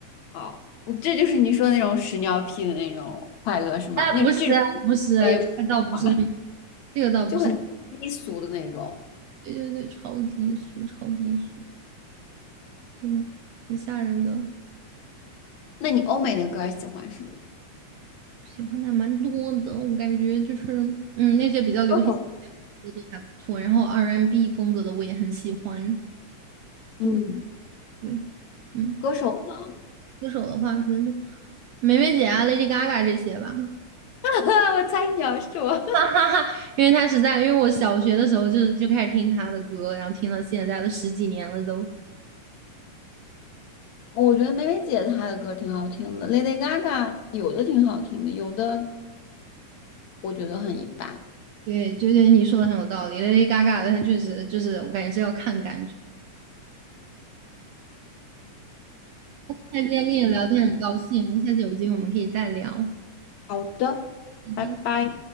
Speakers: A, on the left; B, on the right.
A: 哦，这就是你说那种屎尿屁的那种快乐是吗？
B: 哎，
A: 那这种
B: 不是啊不是啊，
A: 我也不喜欢，
B: 这个倒不是那这个倒不是，
A: 就很低俗的那种。
B: 对对对，超低俗，超低俗，真的很吓人的。
A: 那你欧美的歌喜欢什么？
B: 喜欢的还蛮多的，我感觉就是嗯，那些比较流行的
A: 歌手，
B: 歌都还不错，然后 R&B N 风格的我也很喜欢。
A: 嗯，
B: 对对，嗯，
A: 歌手呢？
B: 就歌手的话可能就梅梅姐啊、Lady Gaga 这些吧。
A: <laughs> 我猜你要说，
B: <laughs> 哈哈哈，因为他实在，因为我小学的时候就就开始听他的歌，然后听到现在都十几年了都。
A: <laughs> 我觉得梅梅姐她的歌挺好听的，Lady Gaga 有的挺好听的，有的我觉得很一般。
B: 对，就是你说的很有道理，Lady Gaga 的他确实就是我感觉是要看感觉。那今天跟你聊天很高兴，我们下次有机会我们可以再聊。好
A: 好的，拜拜。
B: 的。